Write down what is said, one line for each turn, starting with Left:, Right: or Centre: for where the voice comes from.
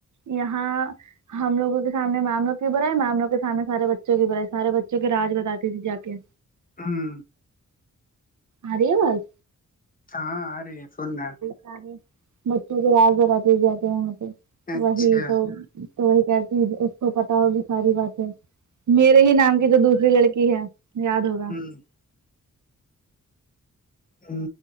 Right: یہاں ہم لوگوں کے سامنے معاملوں کی بھرا ہے معاملوں کے سانے سارے بچوں کی بائی سارے بچوں کے رج بتاتی تھی جا کے
Left: ہوں
Right: ارے واز
Left: ہاں آ رہی ہے فن رہ
Right: سارے مچور آگے جاتے ہیں وہ پہ
Left: اچھا
Right: وہی تو تو وہی کرتی اس کو پتا ہوگی ساری باتیں میرے ہی نام کی جو دوسری لڑکی ہے یاد ہوگی
Left: ہوں ہ